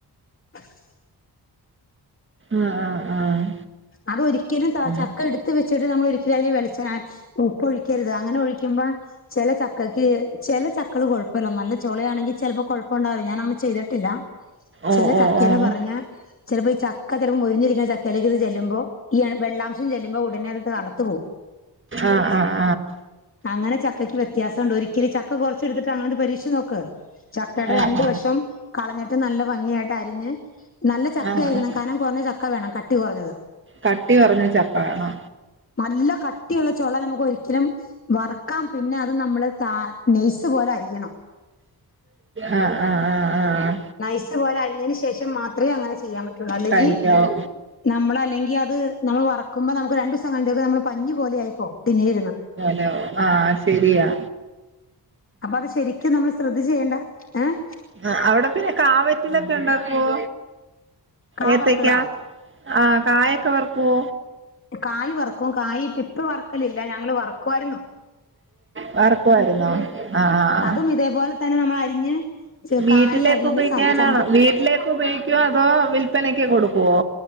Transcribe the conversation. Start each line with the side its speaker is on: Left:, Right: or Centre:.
Left: <unintelligible>
Right: ആഹ് ആഹ് ആഹ്
Left: അതൊരിക്കലും ത,
Right: ഉം
Left: ചക്ക ഇട്ത്ത് വെച്ചിട്ട് നമ്മൾ ഒരിക്കലും അതില് വെളിച്ചണെ ഉപ്പ് ഒഴിക്കര്ത് അങ്ങനെ ഒഴിക്കുമ്പോ ചെല ചക്കയ്ക്ക് ചെല ചക്കള് കുഴപ്പല്ല നല്ല ചോളയാണെങ്കി ചെലപ്പോ കൊഴപ്പമുണ്ടാവില്ലോ ഞാൻ അങ്ങനെ ചെയ്തിട്ടില്ല
Right: ഓഹ്
Left: ചെല ചക്കേന്ന്
Right: ഓഹ് ഓഹ്
Left: പറഞ്ഞാ ചെലപ്പോ ഈ ചക്ക ചെലപ്പം മുരിഞ്ഞിരിക്കുന്ന ചക്കയിലേക്ക് ഇത് ചെല്ലുമ്പോ ഈ വെള്ളം ച്ചും ചെല്ലുമ്പോ ഉ ടനെ അകത്ത് തണത്തു പോവും
Right: ആഹ് ആഹ്
Left: അങ്ങനെ ചക്കയ്ക്ക് വ്യത്യാസണ്ട് ഒരിക്കല് ചക്ക കൊറച്ചെടുത്തിട്ട് അങ്ങനെന്ത് പരീക്ഷിച്ച് നോക്ക് ചക്കടെ
Right: ആഹ്
Left: രണ്ട്
Right: ആഹ്
Left: വശം കളഞ്ഞിട്ട് നല്ല ഭംഗിയായിട്ട് അരിഞ്ഞ് നല്ല ചക്ക
Right: ആഹ്
Left: ആയിരിക്കണം
Right: ആഹ്
Left: കനം കോറഞ്ഞ ചക്ക വേണം ക ട്ടി കോറഞ്ഞത്
Right: കട്ടി കോറഞ്ഞ ചപ്പ വേണോ
Left: നല്ല കട്ടിയുള്ള ചോള നമുക്ക് ഒരിക്കലും വറക്കാം പിന്നെ അത് നമ്മള് ത നെയ്സ് പോലെ അരിയണം
Right: ആഹ് ആഹ് ആഹ് ആഹ്
Left: നൈസ് പോലെ അരിഞ്ഞേന് ശേഷം മാത്രമേ അങ്ങനെ ചെയ്യാൻ പറ്റുള്ളു. അല്ലെങ്കിൽ
Right: കഴിക്കാവോ
Left: നമ്മളല്ലെങ്കി അത് നമ്മള് വറക്കുമ്പോ, നമുക്ക് രണ്ട് ദിവസം കഴിഞ്ഞത്തേക്ക് നമ്മള് പഞ്ഞി പോലെയായി പോം. ടിന്നിലിരുന്ന്.
Right: ലെ ആഹ് ശെരിയാ.
Left: അപ്പ അത് ശരിക്കും നമ്മെള് ശ്രദ്ധിച്ച് ചെയ്യേണ്ട ഏഹ്.
Right: ആഹ് അവിടെ പിന്നെ കാവറ്റിലക്കെ ഉണ്ടാക്കുവോ
Left: കാ
Right: ഏത്തക്കാ?
Left: വറുത്തതാ
Right: ആഹ് കായൊക്കെ വറക്കുവോ?
Left: കായ് വറെക്കും. കായിപ്പ ഇപ്പ വറക്കെലില്ല. ഞങ്ങെള് വറെക്കുവാരുന്നു.
Right: വറക്കുവാരുന്നോ? ആഹ്, ആഹ്, ആഹ്.
Left: അതും ഇതേപോലെ തന്നെ നമ്മൾ അരിഞ്ഞ്
Right: വീട്ടിലേക്ക്
Left: കായ് അരിയുന്ന
Right: ഉപയോഗിക്കാനാണോ.
Left: സം സംഭവം
Right: വീട്ടിലേക്ക് ഉപയോഗിക്ക? ക്കേതോ വിൽപ്പനക്ക് കൊടുക്കുവോ?